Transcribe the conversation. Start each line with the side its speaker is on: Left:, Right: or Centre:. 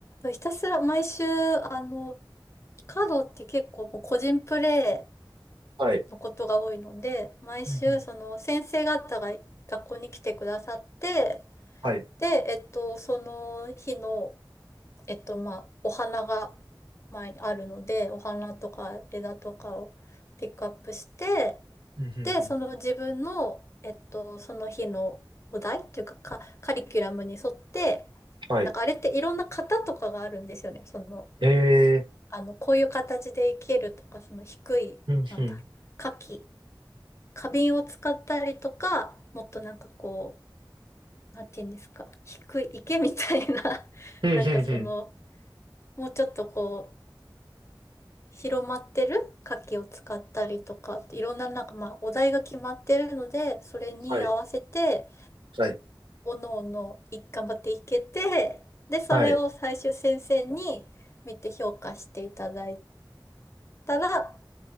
Left: ひたすら毎週、あの、カードって結構もう個人プレ
Right: はい。
Left: イのことが多いので、毎週、
Right: うんうん。
Left: その先生方が学校に来てくださって、
Right: はい。
Left: で、えっと、その日の、えっと、まあ、お花が前にあるので、お花とか枝とかをピックアップして、
Right: うんうんうん。
Left: で、その自分の、えっと、その日のお題っていうか、か、カリキュラムに沿って、
Right: はい。
Left: なんかあれっていろんな型とかがあるんですよね。その、
Right: え
Left: あの、こういう形で生けるとか、その低い、
Right: ー、うんうん。
Left: なんだろう、花器、花瓶を使ったりとか、もっとなんかこう、なんていうんですか、低い池みたいな、<laughs>
Right: うんうんうん。
Left: なんかその、もうちょっとこう、広まってる花器を使ったりとかって、いろんななんかまあ、お題が決まってるので、それに合わせて、
Right: はい。はい。
Left: おのおのい頑張っていけて、で、それを最終先生に見て評価していただい
Right: はい。
Left: たら、